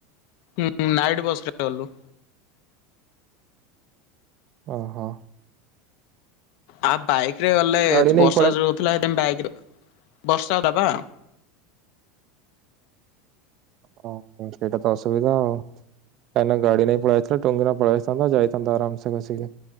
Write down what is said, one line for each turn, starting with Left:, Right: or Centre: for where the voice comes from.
Left: ହୁଁ ହୁଁ ନାଇଟି ବସ୍ ରେ ଗଲୁ।
Right: ଓହୋ।
Left: ଆଉ ବାଇକ୍ ରେ ଗଲେ
Right: ଗାଡି ନେଇକି
Left: ବର୍ଷା
Right: ପଳାଏ
Left: ଯୁ ହଉଥିଲା ହେଥି ପାଇଁ ବାଇକ୍ ରେ ବର୍ଷା ହେଲା ବା।
Right: ହ ସେଇଟା ତ ଅସୁବିଧା ଆଉ। କାହିଁକି ନା ଗାଡ଼ି ନେଇ ପଳେଇଆଇଥିଲା ଟୁଙ୍ଗୁ କିନା ପଳେଇଆସିଥାନ୍ତ ଯାଇଥାନ୍ତା ଆରାମ ସେ ବସିକି।